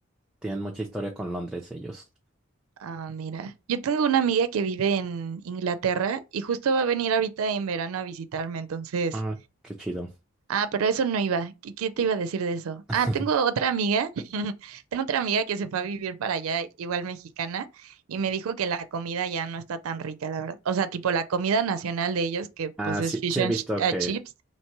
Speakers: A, in the centre; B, on the right.
A: Tienen mucha historia con Londres ellos.
B: ah, mira. Yo tengo una amiga que vive en Inglaterra y justo va a venir ahorita en verano a visitarme, entonces
A: Ah, qué chido.
B: Ah, pero eso no iba. ¿Qué, qué te iba a decir de eso?
A: <laughs>
B: Ah, tengo otra amiga. <laughs> Tengo otra amiga que se fue a vivir para allá, igual mexicana, y me dijo que la comida ya no está tan rica, la verdad. O sea, tipo la comida nacional de ellos, que pues
A: Ah,
B: es
A: sí,
B: fish
A: sí he
B: and
A: visto
B: ch- eh,
A: que
B: chips.